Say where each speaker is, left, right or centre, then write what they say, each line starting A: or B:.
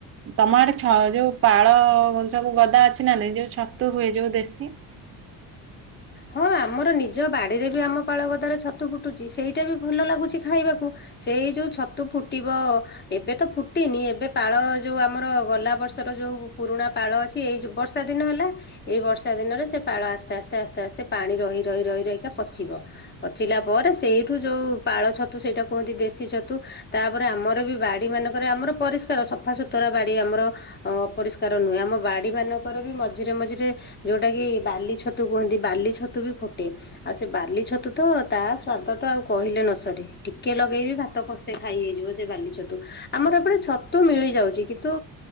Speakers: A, on the right; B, on the left.
A: ତମ ଆଡେ ଛ ଯୋଉ ପାଳ କ ସବୁ ଗଦା ଅଛି ନା ନାଇଁ ଯୋଉ ଛତୁ ହୁଏ ଯୋଉ ଦେଶୀ।
B: ହଁ ଆମର ନିଜ ବାଡ଼ିରେ ବି ଆମ ପାଳଗଦାରେ ଛତୁ ଫୁଟୁଛି ସେଇଟା ବି ଭଲ ଲାଗୁଛି ଖାଇବାକୁ। ସେଇ ଯୋଉ ଛତୁ ଫୁଟିବ ଏବେ ତ ଫୁଟିନି ଏବେ ପାଳ ଯୋଉ ଆମର ଗଲା ବର୍ଷର ଯୋଉ ପୁରୁଣା ପାଳ ଅଛି ଏଇ ଯୋଉ ବର୍ଷ ଶା ଦିନ ହେଲା ଏଇ ବର୍ଷା ଦିନରେ ସେ ପାଳ ଆସ୍ତେ ଆସ୍ତେ ଆସ୍ତେ ଆସ୍ତେ ସେ ପାଣି ରହି ରହି ରହି ରହିକା ପଚିବ। ପଚିଲା ପରେ ସେଇଠୁ ଯୋଉ ପାଳ ଛତୁ ସେଇଟା କୁହନ୍ତି ଦେଶୀ ଛତୁ ତାପରେ ଆମର ବି ବାଡି ମାନଙ୍କରେ ଆମର ପରିଷ୍କାର ସଫାସୁତୁରା ବାଡି ଆମର ଅପରିଷ୍କାର ନୁହେଁ ଆମ ବାଡି ମାନଙ୍କରେ ବି ମଝିରେ ମଝିରେ ଯୋଉଟା କିି ବାଲି ଛତୁ କୁହନ୍ତି ବାଲି ଛତୁ ବି ଫୁଟେ। ଆଉ ସେ ବାର୍ଲି ଛତୁ ତ ତା ସ୍ଵାଦ ତ ଆଉ କହିଲେ ନସରେ ଟିକେ ଲଗେଇବି ଭା ତ କଂସେ ଖାଇ ହେଇଯିବ ସେ ବାଲି ଛତୁ, ଆମର ଏପଟେ ଛତୁ ମିଳିଯାଉଛି, କିନ୍ତୁ